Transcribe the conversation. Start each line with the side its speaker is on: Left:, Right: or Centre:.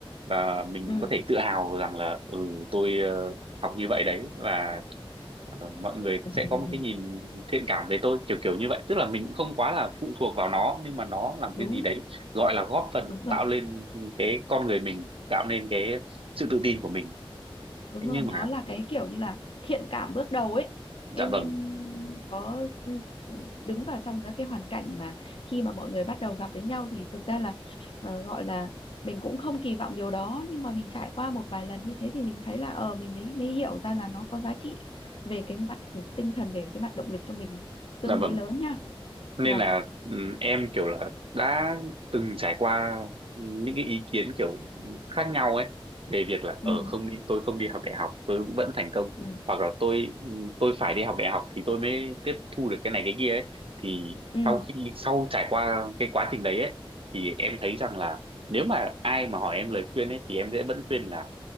Right: và mình
Left: ừ
Right: có thể tự hào rằng là ừ tôi ờ, học như vậy đấy và Ờ, mọi người
Left: ừ.
Right: sẽ có một cái nhìn thiện cảm về tôi kiểu kiểu như vậy tức là mình cũng không quá là phụ thuộc vào nó nhưng mà nó làm
Left: đúng
Right: cái gì đấy gọi là góp phần
Left: đúng rồi
Right: tạo lên cái con người mình tạo nên cái sự tự tin của mình
Left: đúng
Right: Thế
Left: rồi
Right: nhưng
Left: nó
Right: mà
Left: là cái kiểu như là thiện cảm bước đầu ấy
Right: dạ
Left: em
Right: vâng
Left: em có ừ, ừ, đứng vào trong các cái hoàn cảnh mà khi mà mọi người bắt đầu gặp đến nhau thì thực ra là ờ, gọi là mình cũng không kỳ vọng điều đó nhưng mà mình trải qua một vài lần như thế thì mình thấy là ờ mình mới mới hiểu ra là nó có giá trị về cái mặt tinh thần về cái mặt động lực cho mình tương
Right: dạ vâng
Left: đối lớn nha
Right: nên
Left: nhờ
Right: là ừ, em kiểu là đã từng trải qua những cái ý kiến kiểu khác nhau ấy về việc là
Left: ừ
Right: ở không đi tôi không đi học đại học tôi cũng vẫn thành công
Left: ừ
Right: hoặc là tôi ừm, tôi phải đi học đại học thì tôi mới tiếp thu được cái này cái kia ấy thì
Left: ừ
Right: sau khi sau trải qua cái quá trình đấy ấy thì em thấy rằng là nếu mà ai mà hỏi em lời khuyên ấy thì em sẽ vẫn khuyên là